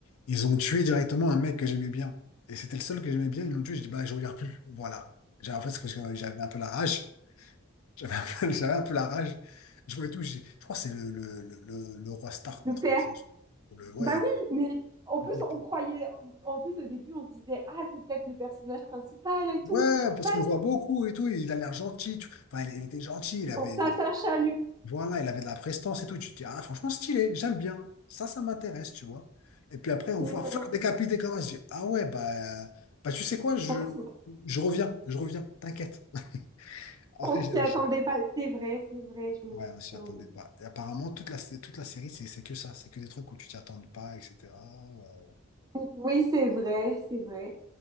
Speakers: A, on the left (about 75°); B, on the right (about 15°).
A: ils ont tué directement un mec que j'aimais bien. Et c'était le seul que j'aimais bien. Ils l'ont tué. J'ai dit, bah, je regarde plus. Voilà. J'ai- En fait, c'est parce que j'avais un peu la rage. <laughs> J'avais un peu, <laughs> j'avais un peu la rage. Je voyais tout. j'ai- Je crois que c'est le, le, le, le- le roi Stark,
B: Le
A: ou un
B: père.
A: truc comme ça. Ou le, ouais,
B: Bah oui,
A: le-
B: mais en plus,
A: le-
B: on croyait. En plus, au début, on se disait, ah, c'est peut-être le personnage principal et tout.
A: ouais,
B: Mais
A: parce
B: pas,
A: qu'on le
B: du-
A: voit beaucoup et tout. Il a l'air gentil. tu- Enfin, il était gentil. Il avait,
B: on s'attache à lui.
A: Voilà, il avait de la prestance et tout. Tu te dis, ah, franchement, stylé, j'aime bien. Ça, ça m'intéresse, tu vois. Et puis après, on
B: C'est
A: voit
B: vrai.
A: faire décapiter Kamash. Je dis, ah ouais, bah, bah tu sais quoi, je,
B: On s'y,
A: je reviens, je reviens, t'inquiète. <laughs> Après,
B: on
A: j'ai
B: s'y
A: lâché.
B: attendait pas. C'est vrai, c'est vrai, je me
A: Ouais, je
B: souviens.
A: m'y attendais pas. Et apparemment, toute la, toute la série, c'est c'est que ça. C'est que des trucs où tu t'y attends pas, etc. Euh,
B: Bon, Oui, c'est vrai, c'est vrai.